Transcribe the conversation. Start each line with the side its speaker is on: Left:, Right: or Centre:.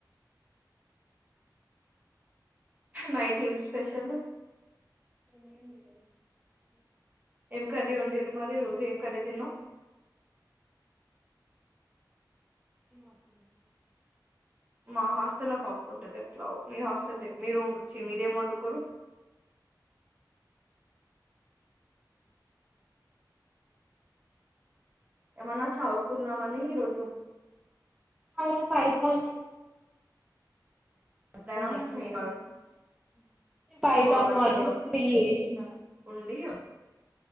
Right: నైట్ ఏమ్ స్పెషల్
Centre: ఏమిని ఈరోజు మర్చిపోయిన
Right: ఏం కర్రీ వండిరు మరి ఈరోజు ఏం కర్రీ తిన్నావ్
Centre: ఏం హాస్పిటల్ కి వచ్చినావ్
Right: మా హాస్టల్లో పప్పు ఉంటది ఎట్లా మీ హాస్టల్ దే మీ రూమ్ వచ్చి మీరేం ఒండుకుర్రు ఏమన్నా చావుకున్నామని ఈరోజు
Centre: ఐ అన్ని పడిపై
Right: మధ్యాహ్నం
Centre: ఆ
Right: ఇగ
Centre: నేను Python
Right: two hours
Centre: models three జేసిన
Right: ఉండి